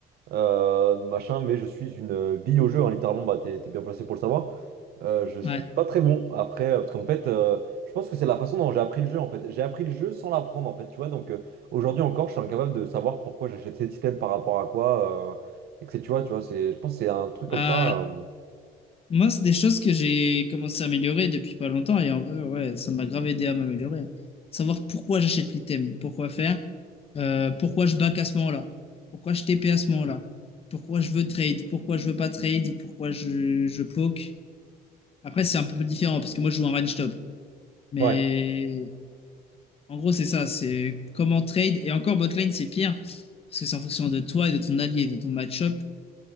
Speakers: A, on the right; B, on the left.
A: euh, machin, mais je suis une euh, bille au jeu, hein, littéralement, bah, t'es, t'es bien placé pour le savoir. Euh, je suis
B: Ouais.
A: pas très bon après, euh, parce qu'en fait, euh, je pense que c'est la façon dont j'ai appris le jeu, en fait. J'ai appris le jeu sans l'apprendre, en fait, tu vois. Donc euh, aujourd'hui encore, je suis incapable de savoir pourquoi j'achète cet item par rapport à quoi, euh, et que c'est- tu vois, tu vois, c'est, je pense que c'est un truc
B: Bah,
A: comme ça. euh,
B: Moi, c'est des choses que j'ai commencé à améliorer depuis pas longtemps et en vrai, ouais, ça m'a grave aidé à m'améliorer. Savoir pourquoi j'achète l'item, pourquoi faire, euh, pourquoi je back à ce moment-là, pourquoi je TP à ce moment-là, pourquoi je veux trade, pourquoi je veux pas trade, pourquoi je, je poke. Après, c'est un peu différent parce que moi, je joue en range top. Mais
A: Ouais.
B: en gros, c'est ça, c'est comment trade. Et encore, botlane, c'est pire parce que c'est en fonction de toi et de ton allié, de ton match-up.